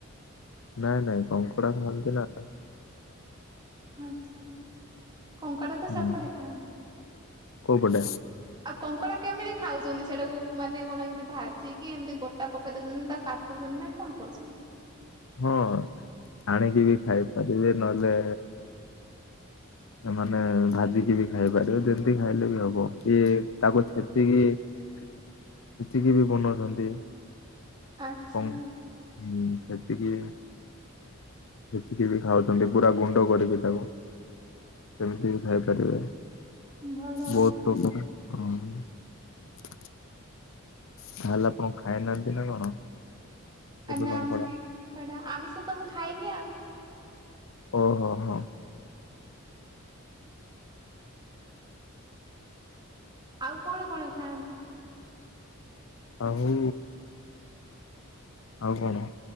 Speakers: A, on the left; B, on the right.
A: ନାଇଁ ନାଇଁ କଙ୍କଡା ଖାଆନ୍ତି ନା।
B: ଆଚ୍ଛା। କଙ୍କଡା ତ
A: ହୁଁ
B: ସେପଟେ ଖାଆନ୍ତି,
A: କୋଉ ପଟେ
B: ଆଉ କଙ୍କଡା କେମିତି ଖାଉଛନ୍ତି ସେଟାକୁ ମାନେ କଣ ଏମିତି ଭାଜିକି ଏମିତି ଗୋଟା ପକେଇ ଦଉଛନ୍ତି ନା ତା କାଟୁଛନ୍ତି ନା କଣ କରୁଛନ୍ତି?
A: ହଁ ହାଣିକି ବି ଖାଇପାରିବେ ନହେଲେ ମାନେ ଭାଜିକି ବି ଖାଇପାରିବ ଯେମିତି ଖାଇଲେ ବି ହବ କିଏ ତାକୁ ଛେଚିକି ଛେଚିକି ବି ବନଉଛନ୍ତି
B: ଆଚ୍ଛା।
A: କଣ ହୁଁ ଛେଚିକି ସେତିକି ବି ଖାଉଛନ୍ତି ପୁରା ଗୁଣ୍ଡ କରିକି ତାକୁ ସେମିତି ବି ଖାଇ ପାରିବେ।
B: ଭଲ କଥା।
A: ବହୁତ ପ୍ରକାର <unintelligible> ତାହଲେ ଆପଣ ଖାଇନାହାନ୍ତି ନା କଣ? କେବେ
B: ନା
A: କଙ୍କଡା
B: ମୁଁ <unintelligible> ଆମିଷ ତ ମୁଁ ଖାଇନି ଆଉ।
A: ଓହୋ ହୋ
B: <inaudible> ଆଉ କଣ କଣ ଖାଆନ୍ତି?
A: ଆଉ ଆଉ କଣ